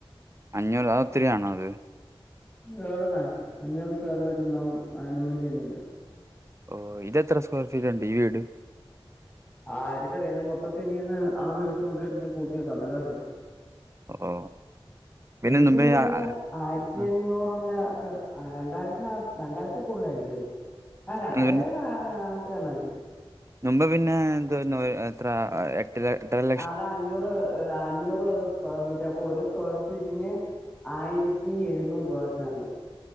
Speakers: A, on the right (about 30°); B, on the left (about 15°).
A: അഞ്ഞൂറ് അത് ഒത്തിരിയാണോ അത്
B: എവിടുന്നാ അഞ്ഞൂറ് സ്ക്വയർ ഫീറ്റ് ഒന്നും അതിനും വേണ്ടി ഒന്നും ഇല്ല
A: ഓ ഇത് എത്ര സ്ക്വയർ ഫീറ്റ് ഉണ്ട് ഈ വീട്
B: ആരിക്കക്കറിയാം അത് മൊത്തത്തി നീ ഒന്ന് അളന്ന് എടുത്ത് നോക്കിയിട്ട് നീ കൂട്ടി നോക്ക് അന്നേരം അറിയാം
A: ഓ പിന്നെ
B: എനിക്ക്
A: മുമ്പേ
B: തോന്നുന്നേ ഇത്
A: ആ
B: ആയിരത്തി
A: ആ,
B: അഞ്ഞൂറുള്ള ഒക്കെ രണ്ടായിരത്തിനക രണ്ടായിരത്തി കൂടുതല് ആയിരിക്കും അത് ആഹ് രണ്ടായിരം
A: അല്ല
B: അകത്ത് കാണുവായിരിക്കും
A: മുമ്പേ പിന്നെ എന്തു ആരുന്നു എത്ര എ എട്ടര എട്ടര ല
B: അതാ അഞ്ഞൂറ് ആ അഞ്ഞൂറ് സ്ക്വയർ ഫീറ്റ് അപ്പൊ ഒരു സ്ക്വയർ ഫീറ്റിന് ആയിരത്തി എഴുന്നൂറ് രൂപ വെച്ചങ്ങാണ്ട്